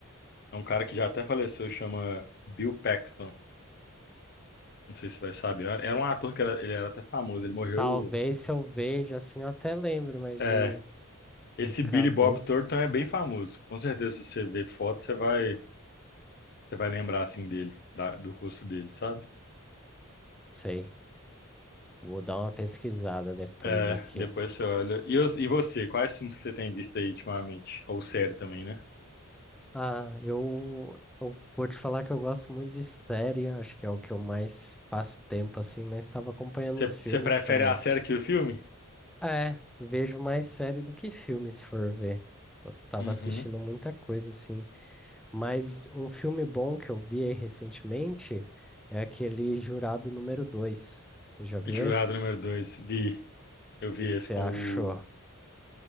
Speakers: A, on the left (about 45°); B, in the centre.
A: é um cara que já até faleceu, chama Bill Paxton. Não sei se vai saber. Era um ator que era- ele era até famoso, ele morreu
B: Talvez se eu veja assim eu até lembro, mas
A: É,
B: de, de
A: Esse
B: cabeça,
A: Billy Bob Thornton é bem famoso. Com certeza, se você ver foto, você vai, você vai lembrar assim dele, da- do rosto dele, sabe?
B: sei. Vou dar uma pesquisada depois
A: É,
B: aqui.
A: depois você olha. E, os- e você, quais filmes que você tem visto aí ultimamente? Ou série também, né?
B: Ah, eu, eu vou te falar que eu gosto muito de série, acho que é o que eu mais passo tempo assim, mas estava acompanhando
A: Você,
B: uns filmes
A: você prefere
B: também.
A: a série que o filme?
B: É, vejo mais série do que filme, se for ver. Eu tava
A: Uhum.
B: assistindo muita coisa assim, mas um filme bom que eu vi aí recentemente é aquele Jurado número Dois. Você já viu
A: Jurado
B: esse?
A: número
B: O
A: dois, vi. Eu vi
B: que que
A: esse
B: você
A: com
B: achou?
A: o.